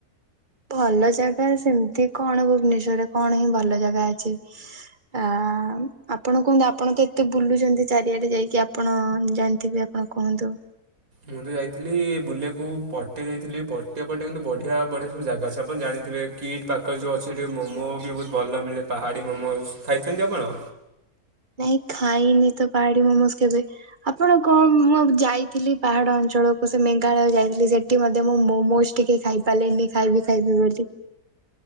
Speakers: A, on the right; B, on the right.
A: ଭଲ ଜାଗା ସେମିତି କଣ ଭୁବନେଶ୍ଵରରେ କଣ ହିଁ ଭଲ ଜାଗା ଅଛି? ଆ ଆପଣ କୁହନ୍ତୁ ଆପଣ ତ ଏତେ ବୁଲୁଛନ୍ତି ଚାରିଆଡେ ଯାଇକି ଆପଣ ଜାଣିଥିବେ ଆପଣ କୁହନ୍ତୁ?
B: ମୁଁ ତ ଯାଇଥିଲି ବୁଲିବାକୁ ପଟିଆ ଯାଇଥିଲି ପଟିଆ ପଟେ କିନ୍ତୁ ବଢ଼ିଆ ବଢ଼ିଆ ସବୁ ଜାଗା ଅଛି ଆପଣ ଜାଣିଥିବେ? କିଟ୍ ପାଖ ଯୋଉ ଅଛି ମୋମୋ ବି ବହୁତ ଭଲ ମିଳେ ପାହାଡ଼ି ମୋମୋସ ଖାଇଛନ୍ତି ଆପଣ?
A: ନାଇଁ ଖାଇନି ତ ପାହାଡି ମୋମୋଜ କେବେ? ଆପଣ କଣ ମୁଁ ଯାଇଥିଲି ପାହାଡ ଅଞ୍ଚଳକୁ ସେ ମେଘାଳୟ ଯାଇଥିଲି ସେଠ ସେଇଟି ମଧ୍ୟ ମୁଁ ମୋମୋଜ ଟିକେ ଖାଇ ପାରିଲିନି ଖାଇବି ଖାଇବି ବୋଲି